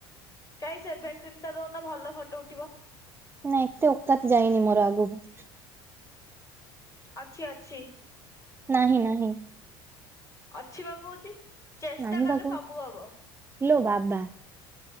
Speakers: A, on the left; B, on the right.
A: କାଇଁ ସେଭେଣ୍ଟିନ ଟା ଦଉନ ଭଲ ଫଟୋ ଉଠିବ।
B: ନାଇଁ ଏତେ ଓକାାତ ଯାଇନି ମୋର ଆଗକୁ।
A: ଅଛି ଅଛି।
B: ନାହିଁ ନାହିଁ।
A: ଅଛି ବା କହୁଛି। ଚେଷ୍ଟା
B: ନାହିଁ
A: କଲେ
B: ବା କହୁଛି
A: ସବୁ ହବ
B: ଲୋ ବାବା